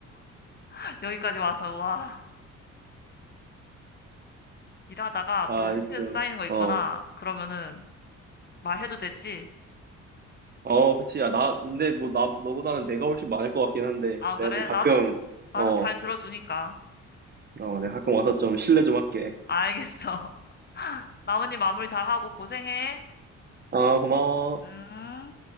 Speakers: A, on the left; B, on the right.
A: <laughs> 여기까지 와서, 와. 일하다가
B: 아,
A: 또 스트레스
B: 진짜.
A: 쌓이는 거 있거나,
B: 어.
A: 그러면은, 말해도 되지?
B: 어, 그치. 야, 나, 근데 뭐, 나, 너보다는 내가 훨씬 많을 것 같긴 한데,
A: 아,
B: 내가
A: 그래?
B: 좀 가끔,
A: 나도, 나는
B: 어,
A: 잘 들어주니까.
B: 어, 내가 가끔 와서 좀 실례 좀 할게.
A: 알겠어. 나머지 마무리 잘하고 고생해.
B: 아, 고마워.
A: 음.